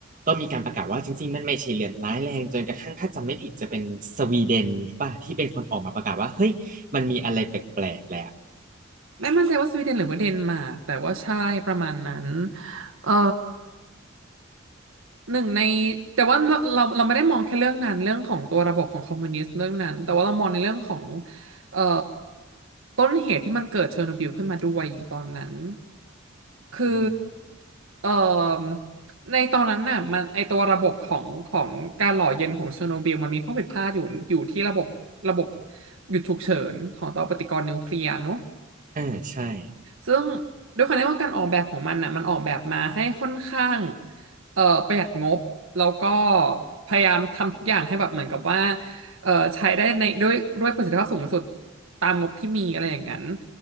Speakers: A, on the right; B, on the right.
A: ก็มีการประกาศว่าจริงๆมันไม่ใช่เรื่องร้ายแรงจนกระทั่งถ้าจำไม่ผิดจะเป็นสวีเดนป่ะที่เป็นคนออกมาประกาศว่าเฮ้ยมันมีอะไรแปลกๆแหละ
B: ไม่มั่นใจว่าสวีเดนหรือว่าเดนมาร์กแต่ว่าใช่ประมาณนั้นเอ่อ หนึ่งในแต่ว่าเราเราเราไม่ได้มองแค่เรื่องนั้นเรื่องของตัวระบบของคอมมิวนิสต์เรื่องนั้นแต่ว่าเรามองในเรื่องของเอ่อต้นเหตุที่มันเกิดเชอร์โนบิลขึ้นมาด้วยตอนนั้นคือ
A: อืม
B: เอ่อในตอนนั้นน่ะมันไอตัวระบบของของการหล่อเย็นของเชอร์โนบิลมันมีข้อผิดพลาดอยู่อยู่ที่ระบบระบบหยุดฉุกเฉินของเตาปฏิกรณ์นิวเคลียร์เนอะ
A: อ่าใช่
B: ซึ่งด้วยความที่ว่าการออกแบบของมันน่ะมันออกแบบมาให้ค่อนข้างเอ่อประหยัดงบแล้วก็พยายามทำทุกอย่างให้แบบเหมือนกับว่าเอ่อใช้ได้ในด้วยด้วยประสิทธิภาพสูงสุดตามงบที่มีอะไรอย่างนั้น